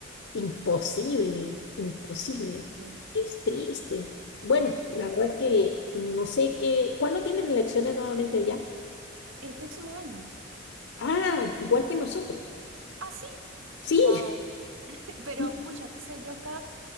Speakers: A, on the left; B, on the right.
A: imposible, imposible.
B: Sí.
A: Es triste. Bueno, la verdad es que no sé qué. ¿Cuándo tienen elecciones nuevamente allá?
B: El próximo año.
A: Ah, igual que nosotros.
B: Ah, sí.
A: Sí,
B: Wow. <laughs> Pero
A: <laughs>
B: pucha, no sé, yo acá